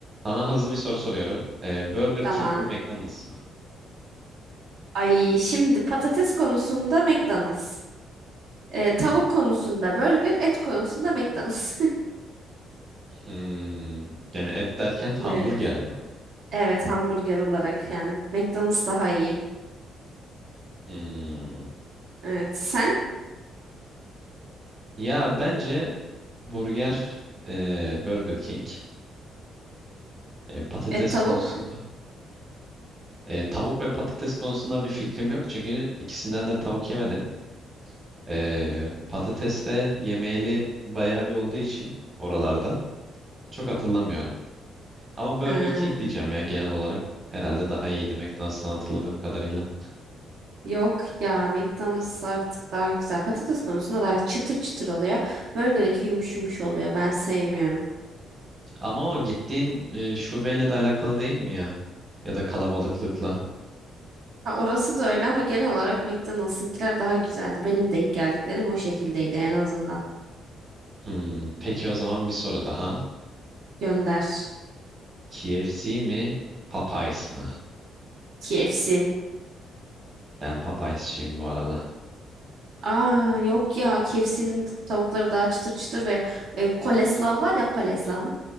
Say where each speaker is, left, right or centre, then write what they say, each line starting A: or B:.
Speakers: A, on the right; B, on the right.
A: Sana hızlı bir soru soruyorum. Ee, Burger
B: Tamam.
A: King mi McDonald's mı?
B: Ay şimdi patates konusunda McDonald's. Ee, tavuk
A: Hmm.
B: konusunda burger, et konusunda McDonald's.
A: Hmm. Yani et derken
B: <laughs>
A: hamburger
B: Evet.
A: mi?
B: Evet hamburger olarak yani McDonald's daha iyi.
A: Hmm.
B: Evet sen
A: Ya bence burger e, Burger King. E, patates
B: et tavuk.
A: konusunda e, tavuk ve patates konusunda bir fikrim yok. Çünkü ikisinden de tavuk yemedim. E, patates de yemeyeli bayağı bir olduğu için oralardan çok hatırlamıyorum. Ama Burger
B: Ha,
A: King diyeceğim ya genel olarak. Herhalde daha iyiydi McDonald's'tan hatırladığım kadarıyla.
B: Yok ya McDonald's artık daha güzel. Patates konusunda daha çıtır çıtır oluyor. Burger'inki yumuş yumuş oluyor. Ben sevmiyorum.
A: Ama o gittiğin e, şubeyle de alakalı değil mi ya? Ya da kalabalıklıkla.
B: Ha, orası da öyle ama genel olarak McDonald's'ınkiler daha güzeldi. Benim denk geldiklerim o şekildeydi en azından.
A: Hmm, peki o zaman bir soru daha.
B: Gönder.
A: KFC mi, Popeyes mi?
B: KFC.
A: Ben Popeyes'çiyim bu arada.
B: Aa yok ya KFC'nin tavukları daha çıtır çıtır ve e, Koleslav var ya Koleslav.